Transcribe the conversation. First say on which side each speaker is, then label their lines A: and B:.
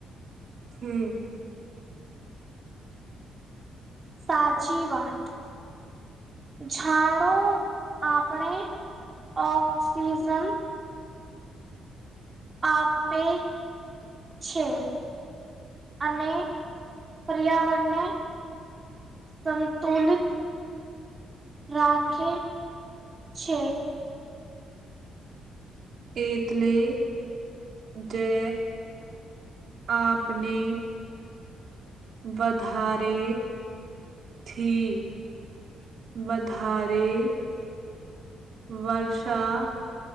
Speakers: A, on the right; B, on the right.
A: છે.
B: સાચી વાત. ઝાડો આપણે ઓક્સિજન આપે છે. અને પર્યાવરણને સંતુલિત રાખે છે.
A: તેટલે જે આપને વધારે થી વધારે વર્ષા